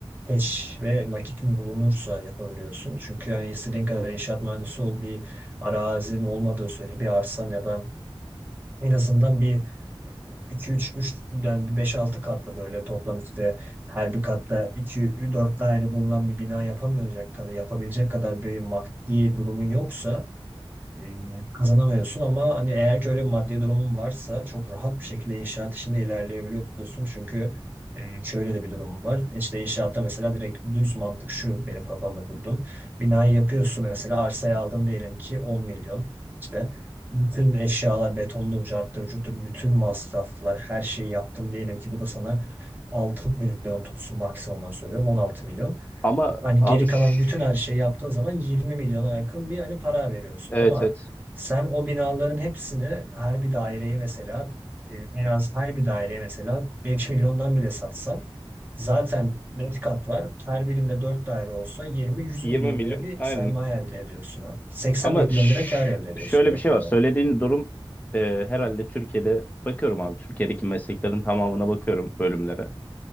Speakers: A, on the right; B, on the left.
A: keş ve nakitin bulunursa yapabiliyorsun. Çünkü yani istediğin kadar inşaat mühendisi ol bir arazinin olmadığı sürece bir arsan ya da en azından bir 2 3 3 yani 5-6 katlı böyle toplam işte her bir katta 2 4 daire bulunan bir bina yapamayacak kadar yapabilecek kadar bir maddi durumun yoksa e, kazanamıyorsun ama hani eğer ki öyle bir maddi durumun varsa çok rahat bir şekilde inşaat işinde ilerleyebiliyorsun. Çünkü e, şöyle de bir durum var. İşte inşaatta mesela direkt düz mantık şu benim kafamda kurdum. Binayı yapıyorsun mesela arsayı aldın diyelim ki 10 milyon. İşte bütün eşyalar betondur, carttır, cuttur, bütün masraflar her şeyi yaptın diyelim ki bu da sana 6 milyon tutsun maksimumdan söylüyorum 16 milyon.
B: Ama
A: Hani
B: abi
A: geri
B: şş,
A: kalan bütün her şeyi yaptığın zaman 20 milyona yakın bir hani para veriyorsun.
B: evet
A: Ama
B: evet
A: sen o binaların hepsini her bir daireye mesela e, en az her bir daireye mesela 5 milyondan bile satsan zaten 5 kat var. Her birinde 4 daire olsa 20-100
B: 20
A: milyon
B: milyon
A: lira bir
B: aynen
A: sermaye elde ediyorsun. ha. 80
B: Ama
A: milyon
B: ş-
A: lira kar elde ediyorsun
B: şöyle
A: direkt
B: bir şey
A: olarak.
B: var. Söylediğin durum e, herhalde Türkiye'de bakıyorum abi. Türkiye'deki mesleklerin tamamına bakıyorum bölümlere.